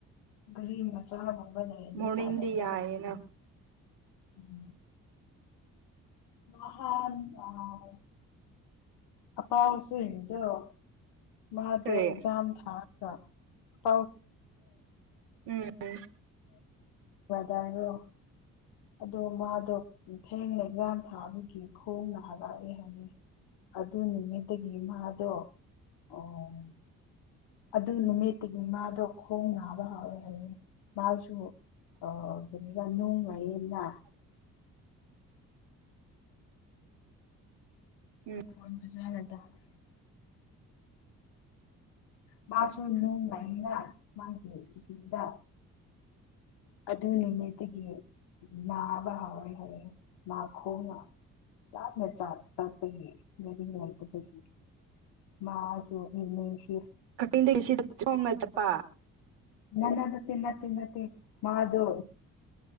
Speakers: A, on the left; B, on the right.
A: ꯒꯔꯤ ꯃꯆꯥꯒꯨꯝꯕ ꯂꯩꯔꯗꯤ
B: ꯃꯣꯔꯅꯤꯡꯗꯤ
A: ꯐꯗꯕ
B: ꯌꯥꯏꯌꯦꯅ
A: ꯎꯝ ꯑ <inaudible> ꯑꯄꯥꯎꯁꯨ ꯌꯦꯉꯗꯣ ꯃꯥꯗꯣ
B: ꯀꯔꯤ
A: ꯑꯦꯛꯖꯥꯝ ꯊꯥ ꯒ <inaudible>
B: ꯎꯝꯝ
A: ꯋꯥꯔꯣ <unintelligible> ꯑꯗꯣ ꯃꯥꯗꯣ ꯊꯦꯡꯅ ꯑꯦꯛꯖꯥꯝ ꯊꯥꯕꯒꯤ ꯈꯣꯡꯅ ꯍꯂꯛꯑꯦ ꯍꯥꯏꯕꯅꯦ ꯑꯗꯨ ꯅꯨꯃꯤꯠꯇꯒꯤ ꯃꯥꯗꯣ ꯑꯣ ꯑꯗꯨ ꯅꯨꯃꯤꯠꯇꯒꯤ ꯃꯥꯗꯣ ꯈꯣꯡ ꯅꯥꯕ ꯍꯧꯔꯦ ꯍꯥꯏꯕꯅꯤ ꯃꯥꯁꯨ ꯑ ꯀꯔꯤꯒ ꯅꯨꯡ ꯂꯥꯌꯦꯗꯅ
B: ꯎꯝ
A: ꯅꯈꯣꯟ ꯐꯖꯅ ꯇꯥꯗꯔꯦ ꯃꯥꯁꯨ ꯅꯨꯡ ꯂꯩꯥꯏꯅꯤꯅ ꯃꯥꯒꯤ ꯀꯤꯠꯅꯤꯗ ꯑꯗꯨ ꯅꯨꯃꯤꯠꯇꯒꯤ ꯅꯥꯕ <unintelligible> <unintelligible> ꯃꯥꯁꯨ ꯏꯅꯦꯁ
B: ꯀꯛꯆꯤꯡꯗꯒꯤ ꯁꯤꯗ ꯊꯣꯡꯅꯒ ꯆꯠꯄ
A: <unintelligible> ꯅꯠꯇꯦ ꯅꯠꯇꯦ ꯅꯠꯇꯦ ꯃꯥꯗꯨ